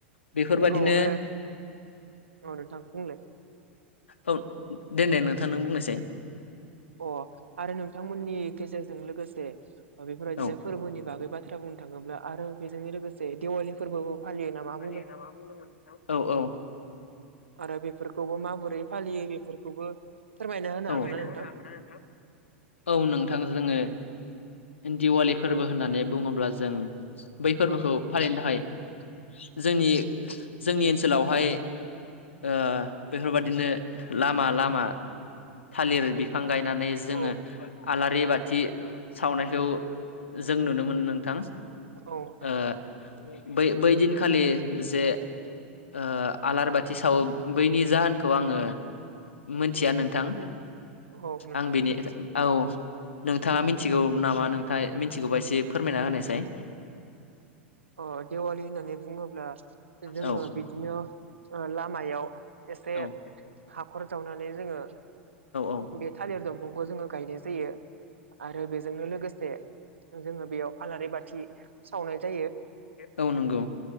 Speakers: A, on the left (about 80°); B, on the right (about 80°).
A: बेफोरबादिनो
B: औ आरो औ नोंथां बुंलाय
A: दोननाय नोंथां नों बुंनायसाय
B: अ आरो नोंथांमोननि गेजेरजों लोगोसे बेफोरबायदिनो
A: औ
B: फोरबोनि बागै बाथ्रा बुंनो थाङोब्ला आरो बेजोंनो लोगोसे दिवालि फोरबोबो फालियो नामा
A: मा बुंदोंमोन नोंथां औ औ
B: आरो बेफोरखौबो माबोरै फालियो बेफोरखौबो फोरमायना होनो
A: औ
B: हागोन ना नोंथां
A: औ नोंथां जोङो दिवालि फोरबो होननानै बुङोब्ला जों बै फोरबोखौ फालिनो थाखाय जोंनि जोंनि ओनसोलावहाय ओ बेफोरबायदिनो लामा लामा थालिर बिफां गायनानै जोङो
B: औ
A: आलारि बाथि सावनायखौ जों नुनो मोनो नोंथां
B: औ आरो
A: ओ बै बैदिनखालि जे ओ आलार बाथि सावो बैनि जाहोनखौ आङो मोनथिया नोंथां
B: औ नोंथां
A: आं बेनि औ नोंथाङा मि मिथिगौ नामा नोंथां मिथिगौबा एसे फोरमायना होनायसाय
B: <unintelligible> ओ दिवलि होननानै बुङोब्ला जोङो
A: औ
B: बिदिनो लामायाव एसे
A: औ
B: हाखर जावनानै जोङो
A: औ
B: बे थालिर दंफांखौ जोङो गायनाय जायो आरो बेजोंनो लोगोसे जोङो बेयाव आलारि बाथि सावनाय जायो
A: औ नंगौ